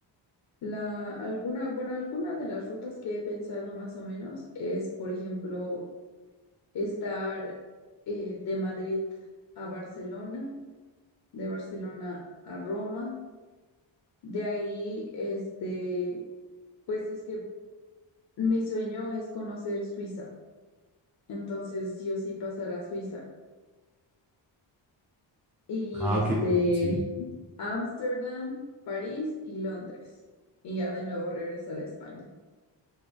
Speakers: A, on the left; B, in the centre.
A: La, alguna, bueno, alguna de las rutas que he pensado más o menos es, por ejemplo, estar eh, de Madrid a Barcelona, de Barcelona a Roma, de ahí, este, pues es que mi sueño es conocer Suiza, entonces sí o sí pasar a Suiza. Y
B: Ah,
A: este,
B: ok, pero sí.
A: Ámsterdam, París y Londres. Y ya de nuevo regresar a España.